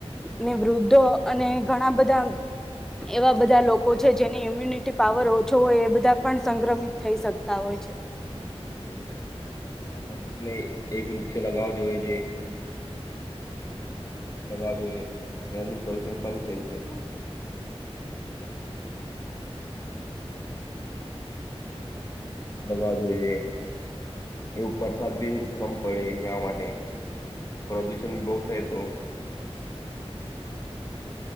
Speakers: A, in the centre; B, on the left.
A: ને વૃદ્ધો અને ઘણા બધા એવા બધા લોકો છે જેની ઇમ્યુનિટી પાવર ઓછો હોય એ બધા પણ સંક્રમિત થઈ શકતા હોય છે
B: એ આપ તોટલે એક વૃક્ષ લગાવ જોએ છે વૃક્ષ લગાવવા જોઈએ એના પ્રદુષણ કમ થાય છે દબવા જોઈ છે એ ઉપર સર્વિસ કમ પડે ગામ માટે પ્રદૂષણ બહુત એ તો